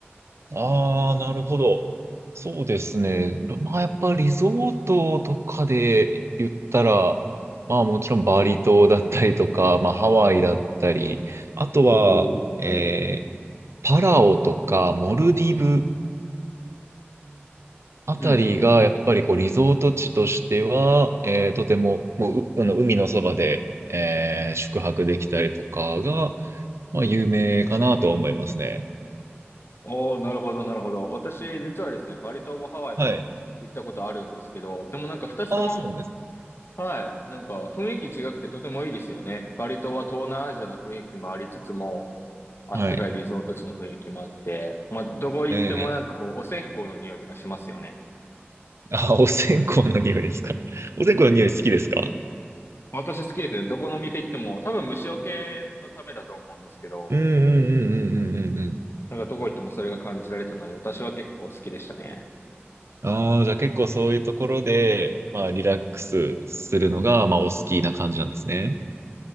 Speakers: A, on the right; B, on the left.
A: ああ、なるほど。そうですね。どまあ、やっぱリゾートとかで言ったら、まあもちろんバリ島だったりとか、<laughs> まあハワイだったり、あとは、
B: おお。
A: えーパラオとかモルディブあたりがやっぱりこうリゾート地としては、
B: うん。
A: えーとても、もう、うあの海のそばで、えー宿泊できたりとかが、まあ有名かなとは思いますね。
B: おお、なるほど、なるほど。私、実はですね、バリ島もハワイも行ったことあるんですけど、
A: はい。
B: でもなんか二つとも、
A: ああ、そうなんです。
B: はい、なんか雰囲気違くてとてもいいですよね。バリ島は東南アジアの雰囲気もありつつも、あったかいリゾート地の雰囲気もあって、
A: はい。
B: まあ、どこ行ってもなんかこう、
A: ええ
B: お線香の匂いとかしますよね。
A: あ、お線香の匂いですか。<laughs> お線香の匂い好きですか
B: 私好きですね。どこの店行っても、多分虫除けのためだと思うんですけど、
A: うんうんうんうんうんうんうん。
B: なんかどこ行ってもそれが感じられたので、私は結構好きでしたね。
A: ああ、じゃあ結構そういうところで、まあリラックスするのが、まあお好きな感じなんですね。